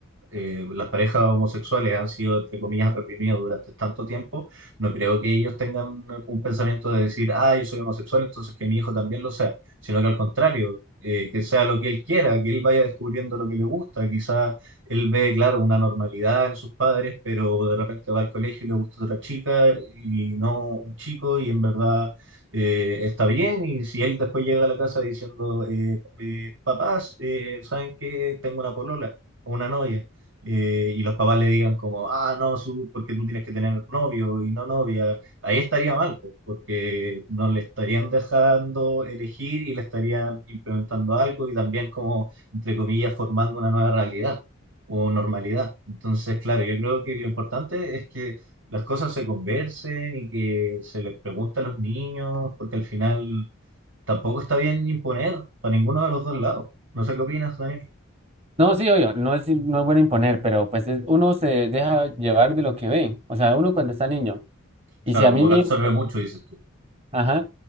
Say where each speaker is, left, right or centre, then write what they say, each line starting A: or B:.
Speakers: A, on the right; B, on the right.
A: eh, las parejas homosexuales han sido, entre comillas, reprimidos durante tanto tiempo, no creo que ellos tengan un pensamiento de decir, ah, yo soy homosexual, entonces que mi hijo también lo sea, sino que al contrario, eh, que sea lo que él quiera, que él vaya descubriendo lo que le gusta, quizás él ve, claro, una normalidad en sus padres, pero de repente va al colegio y le gusta otra chica y no un chico y en verdad eh, está bien. Y si él después llega a la casa diciendo, eh, eh, papás, eh, ¿saben qué? Tengo una polola o una novia. eh, y los papás le digan como, ah, no, su, porque tú tienes que tener novio y no novia, ahí estaría mal, po, porque no le estarían dejando elegir y le estarían implementando algo y también como, entre comillas, formando una nueva realidad o normalidad. Entonces, claro, yo creo que lo importante es que las cosas se conversen y que se les pregunte a los niños, porque al final tampoco está bien imponer para ninguno de los dos lados. No sé qué opinas, Daniel.
B: No, sí, obvio, no es, no es bueno imponer, pero pues es- uno se deja llevar de lo que ve. O sea, uno cuando está niño. Y
A: Claro,
B: si a mí
A: como
B: mismo
A: que absorbe mucho, dices tú.
B: Ajá.